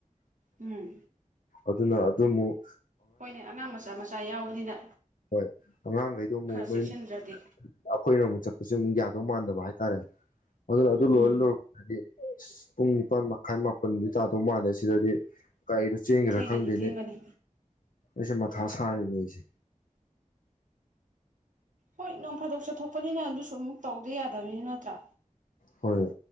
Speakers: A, on the right; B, on the left.
A: ꯎꯝ
B: ꯑꯗꯨꯅ ꯑꯗꯨꯃꯨꯛ
A: ꯍꯣꯏꯅꯦ ꯑꯉꯥꯡ ꯃꯆꯥ ꯃꯆꯥ ꯌꯥꯎꯕꯅꯤꯅ
B: ꯍꯣꯏ ꯑꯉꯥꯡꯉꯩꯗꯣ ꯑꯃꯨꯛ
A: ꯈꯔ
B: ꯃꯌꯨꯝ
A: ꯆꯦꯛꯁꯤꯟꯗ꯭ꯔꯗꯤ
B: ꯑꯩꯈꯣꯏꯅ ꯑꯃꯨꯛ ꯆꯠ ꯨꯍꯧꯖꯤꯛ ꯃꯨꯛ ꯌꯥꯗꯧ ꯃꯥꯟꯗꯕ ꯍꯥꯏꯇꯥꯔꯦ ꯑꯗꯨꯅ ꯑꯗꯨꯂꯣꯏ
A: ꯎꯝ
B: ꯂꯣꯔꯛꯄꯗꯗꯤ ꯑꯁ ꯄꯨꯡ ꯅꯤꯄꯥꯜ ꯃꯈꯥꯏ ꯃꯥꯄꯜꯗꯤ ꯇꯥꯗꯧ ꯃꯥꯜꯂꯦ ꯁꯤꯗꯗꯤ ꯀꯩꯗꯣ ꯆꯦꯟꯒꯦ꯭ꯔꯥ
A: ꯊꯦꯡꯒꯅꯤ
B: ꯈꯪꯗꯦꯅꯦ
A: ꯊꯦꯡꯒꯅꯤ
B: ꯑꯩꯁꯦ ꯃꯊꯥ ꯁꯥꯔꯤꯅꯦ ꯑꯩꯁꯦ
A: ꯍꯣꯏ ꯅꯣꯡ ꯐꯥꯗꯣꯛ ꯆꯠꯊꯣꯛꯄꯅꯤꯅ ꯑꯗꯨꯁꯨ ꯑꯃꯨꯛ ꯇꯧꯗ ꯌꯥꯗꯝꯅꯤꯅ ꯅꯠꯇ꯭ꯔꯥ
B: ꯍꯣꯏ